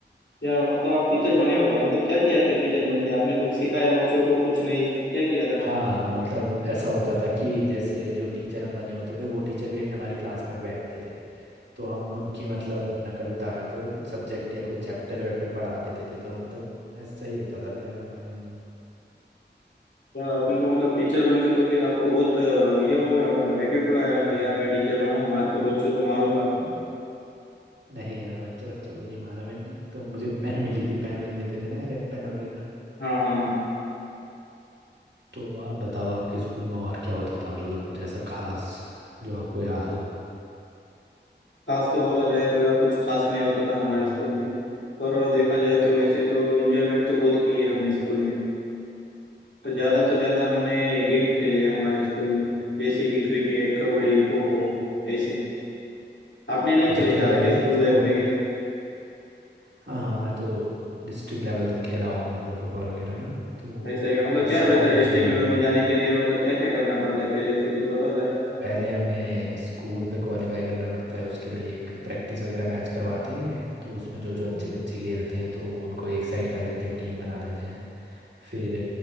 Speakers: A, on the left; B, on the right.
A: यार मतलब आप टीचर बने हो क्या मतलब क्या किया फिर टीचर बन के आपने कुछ सिखाया बच्चों को कुछ नहीं क्या किया था
B: हाँ मतलब ऐसा होता था कि जैसे जो टीचर हम बने होते थे वो टीचर भी हमारी क्लास में बैठते थे तो हम उनकी मतलब नकल उतारते हुए कुछ सब्जेक्ट या कोई चैप्टर वैप्टर पढ़ा देते थे तो मतलब ऐसा ही होता था फिर यार हमारे यहाँ तो
A: यार आपने तो मतलब टीचर बन के तो फिर आपको बहुत अ, ये हो गया होगा एटीट्यूड आया होगा यार मैं टीचर बना हूँ आज तो बच्चों को मारूंगा
B: नहीं यार बच्चों बच्चों को नहीं मारा मैंने तो मुझे पेन मिली थी पेन वेन देते थे ना रेड पेन वगैरह
A: हाँ हाँ हाँ
B: तो आप बताओ आपके स्कूल में और क्या होता था मतलब कुछ ऐसा खास जो आपको याद हो
A: खास तो बोला जाए तो यार कुछ खास नहीं होता था हमारे स्कूल में पर देखा जाए तो वैसे तो एंजॉयमेंट तो बहुत की है हमने स्कूल में तो ज़्यादा तो ज़्यादा हमने गेम खेले हैं हमारे स्कूल में जैसे कि क्रिकेट कबड्डी खो खो ऐसे आपने नहीं
B: अच्छा
A: खेले
B: तुम
A: क्या
B: गए
A: आपके
B: हो
A: स्कूल
B: क्या
A: लाइफ
B: स्पोर्ट
A: में गेम
B: हाँ हाँ मैं तो डिस्ट्रिक्ट लेवल तक खेला हूँ मतलब फुटबॉल वगैरह ना तो
A: ऐसा है क्या मतलब
B: इसमें
A: क्या रहता
B: मैं
A: है डिस्ट्रिक्ट
B: खेला हूँ
A: लेवल में जाने के लिए मतलब क्या क्या करना पड़ता है पहले से कुछ बताओ जरा
B: पहले हमें स्कूल पे क्वालिफाई करना पड़ता है उसके लिए एक प्रैक्टिस वगैरह मैच करवाते हैं ये तो उसमें जो जो
A: हाँ
B: अच्छे बच्चे खेलते हैं तो उनको एक साइड कर लेते हैं टीम बना देते हैं फिर